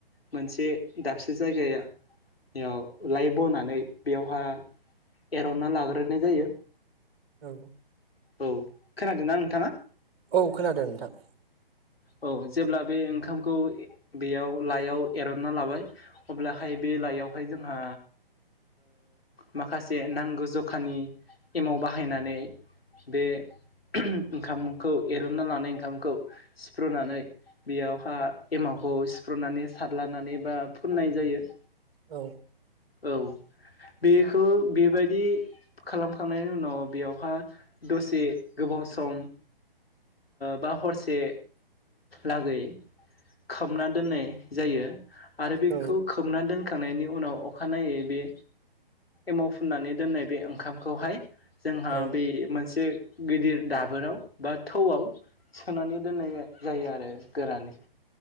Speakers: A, on the left; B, on the right.
A: मोनसे दाबसे जायगायाव लाइ बनानै बेयावहा एर'ना लाग्रोनाय जायो
B: औ
A: औ खोनादोंनाा नोंथाङा
B: औ खोनादों नोंथां।
A: औ जेब्ला बे ओंखामखौ बेयाव लाइायाव एरनना लाबाय अब्लाहाय बे लाइायावहाय जोंहा माखासे नांगौ जखानि एमाव बाहायनानै बे ओंखामखौ एरनना लानाय ओंखामखौ सिफ्रुनानै बेयावहा एमावखौ सिफ्र'नानै सारलानानै बा फुननाय जायो
B: औ
A: औ बेखौ बे बेबायदि खालामखांनायनि उनाव बेयावहा दसे गोबाव सम बा हरसे लागै खोमना दोननाय जायो आरो बेखौ
B: औ
A: खोबना दोनखांनायनि उनाव अखानायै बे एमाव फुननानै दोननाय बे ओंखामखौहाय जोंहा
B: औ
A: बे मोनसे गिदिर दाबोराव बा थौआव सोनानै दोननाय जायो आरो गोरानै